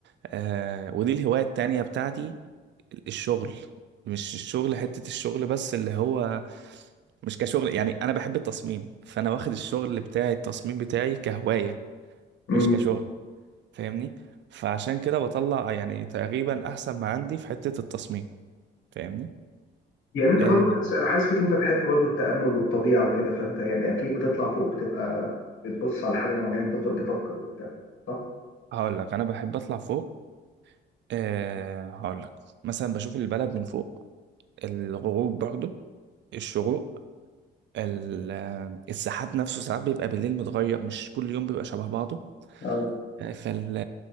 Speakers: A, on the right; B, on the left.
A: آه ودي الهوايه التانيه بتاعتي الشغل مش الشغل حتة الشغل بس اللي هو مش كشغل يعني انا بحب التصميم فانا واخد الشغل بتاعي التصميم بتاعي كهواية
B: مم.
A: مش كشغل فاهمني فعشان كده بطلع يعني تقريبا احسن ما عندي في حتة التصميم فاهمني
B: يعني انت
A: أه
B: برضو حاسس انا حاسس فيك انت بتحب برضو التامل والطبيعه وكده فانت يعني اكيد بتطلع فوق بتبقى بتبص على حاجه معينه بتفضل تفكر وبتاع صح؟
A: هقول لك انا بحب اطلع فوق أه هقول لك مثلا بشوف البلد من فوق الغروب برضو الشروق ال- السحاب نفسه ساعات بيبقى بالليل متغير مش كل يوم بيبقى شبه بعضه
B: اه
A: فال